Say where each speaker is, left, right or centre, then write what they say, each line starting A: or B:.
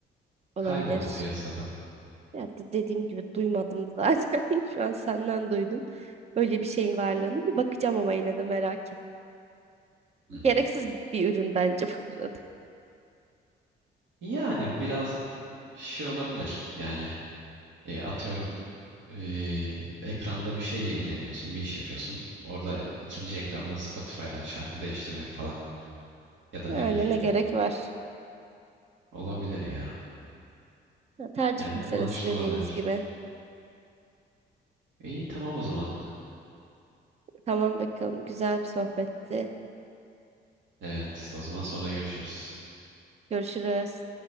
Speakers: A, on the right (about 35°); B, on the right (about 80°).
A: Olabilir.
B: Kayboldu piyasadan.
A: Ya de- dediğim gibi duymadım zaten. <laughs> Şu an senden duydum. Öyle bir şeyin varlığını bir bakacağım ama yine de merak ettim.
B: Hmm.
A: Gereksiz bir ürün bence <laughs> bu arada.
B: Yani biraz şey olabilir. Yani E, atıyorum e, ekranda bir şeyle ilgileniyorsun, bir iş yapıyorsun. Orada ikinci ekranda Spotify'dan şarkı değiştirmek falan ya da
A: Yani
B: ne bileyim
A: ne gerek var?
B: olabilir ya.
A: Ya, tercih
B: Yani kullanışlı
A: meselesi dediğimiz
B: olabilir.
A: gibi.
B: İyi tamam o zaman.
A: Tamam bakalım. Güzel bir sohbetti.
B: Evet, o zaman sonra görüşürüz.
A: Görüşürüz.